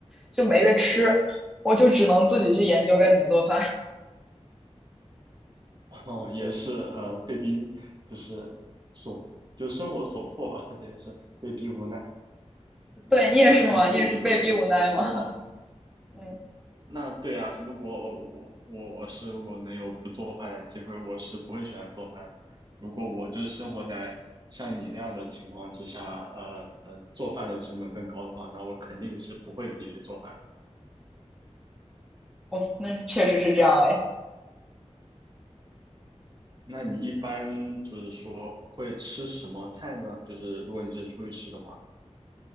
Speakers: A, in the centre; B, on the right (about 40°).
A: 就没得吃，我就只能自己去研究该怎么做饭。
B: <laughs> 哦，也是，呃，被逼，就是所，就生活所迫吧，这也是被逼无奈。
A: <laughs> 对你也是吗？
B: 那你自己会，
A: 你也是被逼无奈吗？
B: 比如说，
A: <laughs> 嗯，
B: 那对啊，如果我我我是如果能有不做饭的机会，我是不会选择做饭的。如果我就是生活在像你那样的情况之下，呃，呃做饭的成本更高的话，那我肯定是不会自己去做饭的
A: 我那确实是这样哎。
B: 那你一般就是说会吃什么菜呢？就是如果你是出去吃的话，